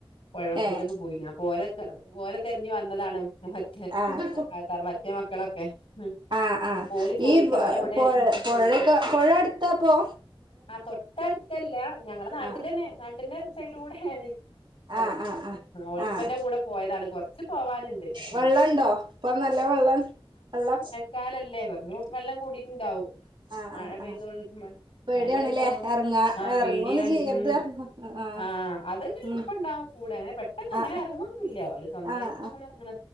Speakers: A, on the left; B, on the right.
A: പൊഴ വക്കത്ക്ക്
B: ഏഹ്
A: പോയിനി അപ്പൊ ഓലെക്കെ ഓലെ തെരഞ്ഞ് വന്നതാണ് ഉം മറ്റേ
B: ആഹ്
A: തറവാ റ്റേ മക്കള് ക്കെ ഉം
B: ആഹ് ആഹ്
A: ഓല് ചോയിക്ക
B: ഈ
A: ഇവരെവിടെ
B: പൊഴ പൊഴൊക്കെ
A: ചോയിക്ക
B: പൊഴ അട്ത്താപ്പോ
A: ആ തൊട്ടട്ത്ത്ല്ലാ ഞങ്ങളെ നാട്ടിലന്നെ
B: ആഹ്
A: നാട്ടിന്റെ സൈഡ് കൂടേണ് ക്കോ
B: ആഹ് ആഹ് ആഹ്
A: ഓലിപ്പേന്റെ
B: ആഹ്
A: കൂടെ പോയതാണ് കൊറച്ച് പോവാൻണ്ട് ഉമ്
B: വെള്ളണ്ടോ ഇപ്പൊ നല്ല വെള്ളം വള്ളം
A: കാലല്ലേ വെള്ളം വെള്ളം കൂടിട്ട്ണ്ടാവും
B: ആഹ്
A: മഴ
B: ആഹ്
A: പെയ്തോണ്
B: ആഹ് പേടിയാണ്ല്ലേ
A: മഴന്റിസം
B: <unintelligible>
A: പേടിയാണ്
B: ചെയ്യരുത്
A: ഉം
B: പറഞ്ഞു ആഹ്
A: ആ അത് പ്പന്റെ
B: ഉം
A: പ്പണ്ടാവും കൂടെ അങ്ങനെ പെട്ടന്നങ്ങനെ
B: ആഹ്
A: എറങ്ങൊന്നുല്ല ഓല് സ്വന്തായിട്ടങ്ങനെ
B: ആഹ്
A: എറങ്ങ്ണ